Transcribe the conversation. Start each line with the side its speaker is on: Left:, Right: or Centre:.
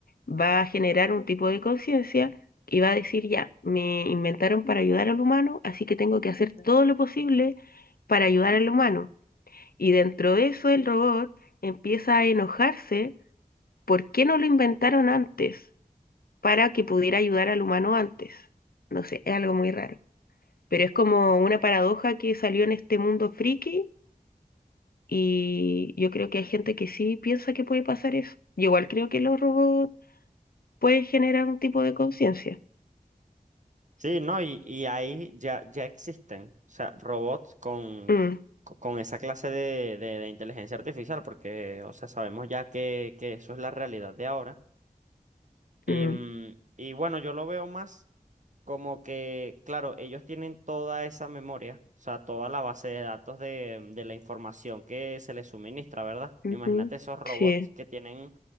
Left: va a generar un tipo de conciencia y va a decir, ya, me inventaron para ayudar al humano, así que tengo que hacer todo lo posible para ayudar al humano. Y dentro de eso el robot empieza a enojarse, ¿por qué no lo inventaron antes para que pudiera ayudar al humano antes? No sé, es algo muy raro. Pero es como una paradoja que salió en este mundo friki y yo creo que hay gente que sí piensa que puede pasar eso. Yo igual creo que los robots pueden generar un tipo de conciencia.
Right: Sí, no, y, y ahí ya, ya existen, o sea, robots con,
Left: Mm.
Right: co- con esa clase de, de- de inteligencia artificial, porque, o sea, sabemos ya que, que eso es la realidad de ahora. Y,
Left: Mm,
Right: mm, y bueno, yo lo veo más como que, claro, ellos tienen toda esa memoria, o sea, toda la base de datos de, de la información que se les suministra, ¿verdad?
Left: ujú,
Right: Imagínate esos robots
Left: Sí,
Right: que tienen